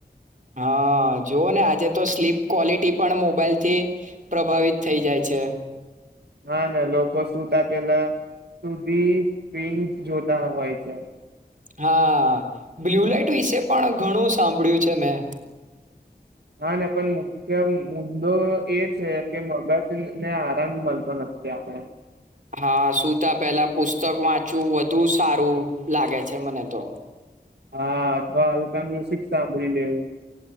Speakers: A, on the right; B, on the right.
A: હા જોુવ ને આજે તો સ્લીપ ક્વોલિટી પણ મોબાઈલ થી પ્રભાવિત થઈ જાય છે
B: હા ના લોકો સુતા પેલા સુધી સ્પિંગ જોતા હોય છે
A: હા બ્લુ લઈટ વિશે પણ ઘણું સાંભળ્યું છે મેં
B: હા ના પણ મુખ્ય મુદ્દો એ છે કે મગજ ને આરામ મળતો નથી આપડ
A: હા સુુંતા પેલા પુસ્તક વાંચવું વધુ સારું લાગે છે મને તો
B: હા અથવા હલકા મ્યુઝિક સાંભળી લેવું